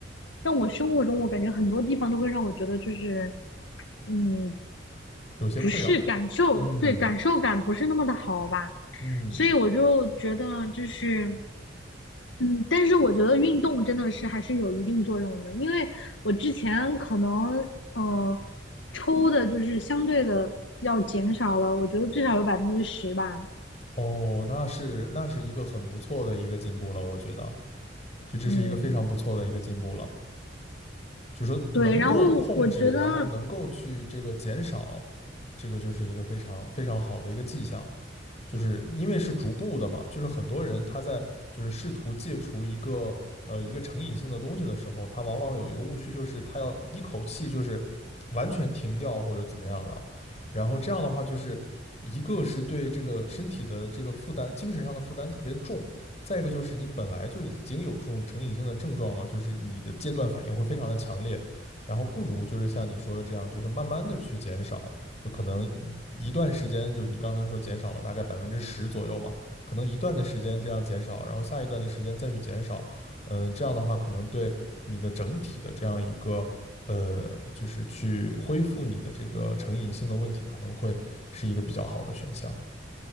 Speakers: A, on the left; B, on the left.
A: 让我生活中我感觉很多地方都会让我觉得就是嗯，
B: 有些困扰。
A: 不是感受，
B: 嗯
A: 对，感受感不是那么的好吧，
B: 嗯，
A: 所以我就觉得就是。嗯，但是我觉得运动真的是还是有一定作用的，因为我之前可能呃抽的就是相对的要减少了，我觉得至少有百分之十吧。
B: 哦，那是那是一个很不错的一个进步了，我觉得，就这是一个非常不错的一个进步了。
A: 嗯，
B: 就是说能够控制，
A: 对，然后我觉得
B: 然后能够去这个减少，这个就是一个非常非常好的一个迹象。就是因为是逐步的嘛，就是很多人他在就是试图戒除一个呃一个成瘾性的东西的时候，他往往有一个误区，就是他要一口气就是完全停掉或者怎么样的，然后这样的话就是一个是对这个身体的这个负担，精神上的负担特别重，再一个就是你本来就已经有这种成瘾性的症状了，就是你的戒断反应会非常的强烈，然后不如就是像你说的这样，就是慢慢的去减少。就可能一段时间，就是你刚才说减少了大概百分之十左右嘛，可能一段的时间这样减少，然后下一段的时间再去减少，嗯，呃这样的话可能对你的整体的这样一个呃，就是去恢复你的这个成瘾性的问题，可能会是一个比较好的选项。